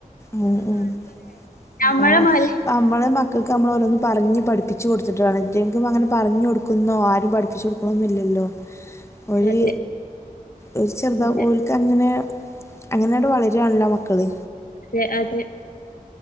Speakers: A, on the left (about 20°); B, on the left (about 70°).
A: മ്ഹ് മ്ഹ് <unintelligible>
B: നമ്മളെ
A: ഇപ്പ
B: മാതിരി
A: അമ്മളെ മക്കക്ക് അമ്മള് ഓരോന്ന് പറഞ്ഞ് പഠി <unintelligible> കൊടുത്തിട്ടാണ്. <unintelligible> അങ്ങനെ പറഞ്ഞു കൊടു <unintelligible> ആരും പഠിപ്പിച്ചു കൊടുക്കണോന്നും ഇല്ലല്ലോ ഒര്
B: അതെ
A: ഒരു ചെറുത
B: അതെ
A: ഓല്ക്ക് അങ്ങന <unintelligible> അങ്ങനെ അങ്ങട് വളരുവാണല്ലോ മക്കള്
B: <unintelligible> അതെ